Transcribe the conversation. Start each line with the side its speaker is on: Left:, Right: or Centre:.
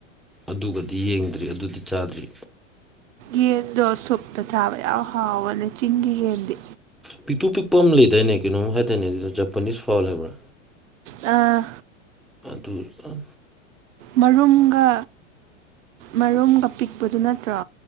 Centre: ꯑꯗꯨꯒꯗꯤ ꯌꯦꯡꯗ꯭ꯔꯤ ꯑꯗꯨꯗꯤ ꯆꯥꯗ꯭ꯔꯤ
Right: ꯌꯦꯟꯗꯣ ꯁꯨꯞꯇ ꯆꯥꯕ ꯌꯥꯝ ꯍꯥꯎꯕꯅꯦ ꯆꯤꯡꯒꯤ ꯌꯦꯟꯗꯤ
Centre: ꯄꯤꯛꯇꯨ ꯄꯤꯛꯄ ꯑꯃ ꯂꯩꯗꯥꯏꯅꯦ ꯀꯩꯅꯣꯝ ꯍꯥꯏꯇꯥꯅꯦ ꯑꯗꯨꯗꯣ ꯖꯄꯅꯤꯁ ꯐꯥꯎꯜ ꯍꯥꯏꯕ꯭ꯔꯥ
Right: ꯑ
Centre: ꯇꯨ ꯑꯥ
Right: ꯃꯔꯨꯝꯒ ꯃꯔꯨꯝꯒ ꯄꯤꯛꯄꯗꯨ ꯅꯠꯇ꯭ꯔꯣ